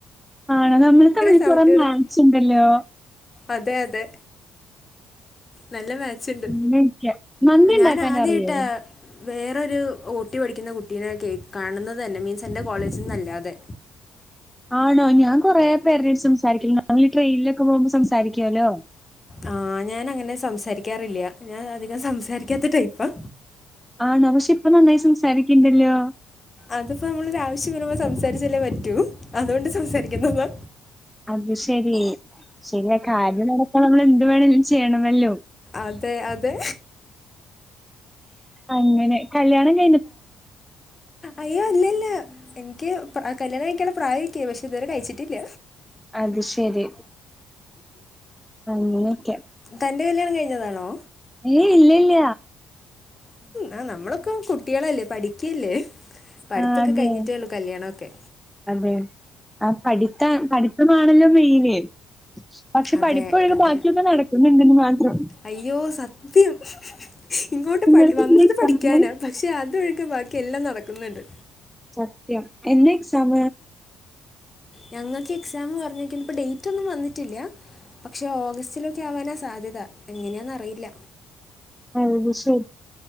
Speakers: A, in the centre; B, on the left.
A: ആണ് നമ്മൾ തമ്മിൽ
B: സൗണ്ട്
A: കൊറെ മേച്ച്
B: ഇടുന്നു
A: ഉണ്ടല്ലോ
B: അതെ അതെ നല്ല മേച്ച്ണ്ട്
A: അങ്ങനെയൊക്കെയാ. മന്തി ഉണ്ടാക്കാൻ
B: ഞാനാആദ്യായിട്ടാ
A: അറിയോ?
B: വേറൊരു ഓട്ടി പഠിക്കുന്ന കുട്ടീടെ കേ കാണുന്നത് തന്നെ മീൻസ് എന്റെ കോളേജിൽന്ന് അല്ലാതെ
A: ആണോ ഞാൻ കൊറെ പേരേട് സംസാരിക്കില്ലണ്ട് ഞങ്ങള് ട്രെയിനിലൊക്കെ പോവുമ്പോ സംസാരികാല്ലോ
B: ആ ഞാനങ്ങനെ സംസാരിക്കാറില്ല ഞാൻ അധികം സംസാരിക്കാത്ത ടൈപ്പാ
A: ആണോ പക്ഷെ ഇപ്പം നന്നായി സംസാരിക്ക്ണ്ടല്ലോ
B: അതിപ്പോ നമ്മളൊര് ആവശ്യം വരുമ്പോ സംസാരിച്ചല്ലേ പറ്റൂ അതോണ്ട് സംസാരിക്കുന്നതാ
A: അത്ശരി ശരിയാ കാര്യം നടക്കാൻ നമ്മൾ എന്ത് വേണേലും ചെയ്യണമല്ലോ
B: അതെ അതെ
A: അങ്ങനെ കല്യാണ ക
B: അയ്യോ ഇല്ലല്ല എനിക്ക് പ്രാ കല്യാണം കഴിക്കാനുള്ള പ്രായൊക്കെ ആയി പക്ഷെ ഇതുവരെ കഴിച്ചിട്ടില്ല
A: അത്ശരി അങ്ങനെയൊക്കെയാ
B: തൻ്റെ കല്യാണം കഴിഞ്ഞതാണോ
A: ഏയ് ഇല്ല ഇല്ല
B: ആ നമ്മളൊക്കെ കുട്ടികളല്ലേ പഠിക്കല്ലേ പഠിത്തൊക്കെ
A: ആഹ് അതെ.
B: കഴിഞ്ഞിട്ടേള്ളൂ കല്യാണംയൊക്കെ
A: അതെ ആ പഠിത്തം പഠിത്തമാണല്ലോ മെയിന് പക്ഷെ
B: അതെ
A: പഠിപ്പൊഴികെ
B: അതെ
A: ബാക്കിയൊക്കെ നടക്കുന്നുണ്ടന്ന് മാത്രം
B: അയ്യോ സത്യം ഇങ്ങോട്ട്
A: നിങ്ങൾക്ക്
B: പഠി വന്നത്പഠിക്കാനാ
A: എന്നാ എക്സാമ്?
B: പ പക്ഷെ അതൊഴികെ ബാക്കിയെല്ലാം നടക്ക്ന്നുണ്ട്
A: സത്യം എന്നാ എക്സാം
B: ഞങ്ങൾക്ക് എക്സാം പറഞ്ഞേക്കുന്നേ ഇപ്പോ ഡേറ്റ് ഒന്നും വന്നിട്ടില്ല പക്ഷെ ഓഗസ്റ്റിലൊക്കെ ആവാനാ സാധ്യത എങ്ങനെയെന്ന് അറിയില്ല
A: അത് ശരി